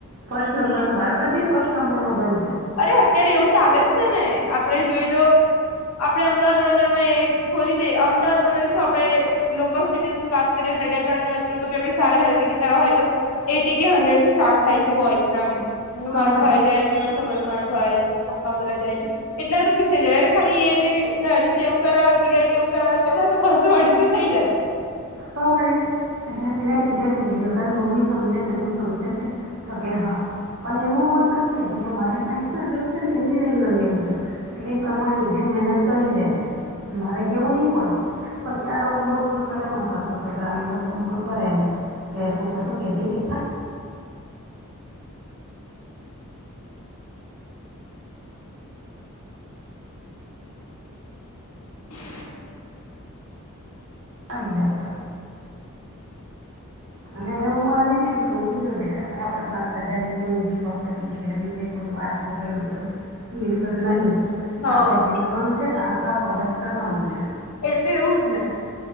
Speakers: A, on the right (about 60°); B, on the left (about 75°).
A: ફર્સ્ટ
B: હમ
A: નંબર નો બારબર બી ફર્સ્ટ નંબર નો બન છે.
B: અરે અત્યારે એવું ચાલે જ છે ને આપડે જોય તો આપડે અમદાવાદ વડોદરામાં એ ખોલી દે અમદાવાદ વડોદરા શું આપડે લોકલ સીટીની વાત કરીએ નડિયાદાણની વસ્તુ તો પણ સારા હેરકટિંગ કરવા હોય તો એટી કે હન્ડ્રેડ થી સ્ટાર્ટ થાય છે બોઇસ ના બી
A: તો
B: મારો
A: પછી
B: ભાઈ જાય એટલે મને ખબર મારો ભાઈ પપ્પા બધા જાય છે. એટલા રૂપીસ થઈ જાય રે ખાલી એને દાઢી ને એવું કરાવે બિયડ એવું કરાવે એમાં તો બસો અઢીસો થઈ જાય.
A: તો વળી એટલે એના ટીચર બી કેય તારે મમ્મી સમજે છે તું સમજે છે તો કે હા પણ એનું અ મત નાખીએ તો કે મારે સાયન્સ જ લેવું છે ને એન્જિનિયરિંગ જ લેવું છે એટલે એ પ્રમાણે મહેનત કરી લે છે મારે કેવું નહી પડતું પણ ત્યાં લોકો બોલ બોલ બધા મા સાસુ સસરાને એ લોકો બોલબોલ કરે ને કે તું કશું કેતી નઈ
B: <inaudible>
A: <unintelligible> અને એ હું એને એટલું જ ખબુંર જો બેટા આપણા બાપ દાદા ની કોઈ બી પ્રોપર્ટી છે અને કે કોઈ વાર સો કઈ મિલકત નહી
B: હા
A: આપણે જે કરવાનું છે આપણા પર જ કરવાનું છે.
B: એ તો એવું જ ને.